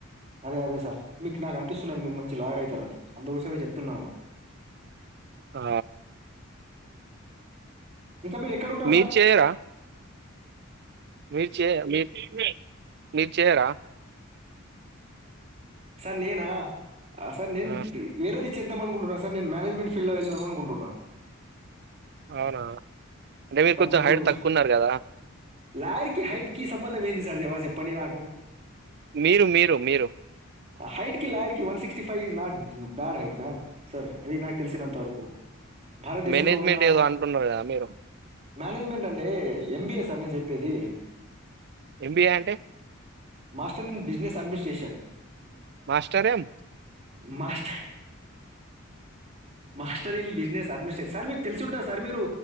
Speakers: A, on the right; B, on the right.
A: అదే అదే సార్ మీక్ నాక్ అనిపిస్తుంద్ మీర్ మంచి లాయర్ ఐతారని అందుకోసమే చెప్తున్నాను
B: ఆ
A: ఇంకా మీరు ఎక్కడ ఉంటారు
B: మీ
A: సార్
B: చేయరా మీర్చీ మీర్ మి చేేేయరా
A: సార్ నేనా సార్ నేన్
B: ఆ!
A: వేరెది చేద్దామనుకుంటున సార్ నేన్ మానేజ్మెంట్ ఫిల్ లో వెళ్దామనుకుంటన్నా
B: ఔనా అంటే మీరు
A: కంపేర్
B: కొంచెం హైడ్
A: టు
B: తక్కువ ఉన్నార్ గదా
A: లాయర్కి హైట్ కి సంబందం ఏంది సార్ జవ చెప్పండి నాకు
B: మీరు మీరు మీరు
A: హైట్ కి లాయర్ కి one sixty five is not bad height man sir అది నాక్ తెలిసినంత వరకు భారతదేశంలో
B: మేనేజ్మెంట్
A: ఉన్న
B: ఏదో అంటున్నారు కదా మీరు
A: మేనేజ్మెంట్ అంటే ఎంబిఎ స అని నే చెప్పి ప్పేది
B: ఎంబిఏ అంటే
A: master in business administration
B: master M
A: master master in business administration sir తెలుసుంటా సార్ మీరు